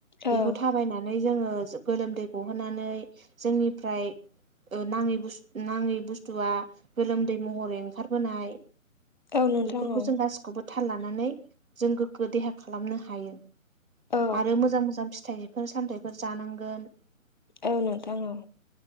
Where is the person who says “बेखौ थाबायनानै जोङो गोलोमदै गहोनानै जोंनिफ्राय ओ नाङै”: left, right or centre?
Right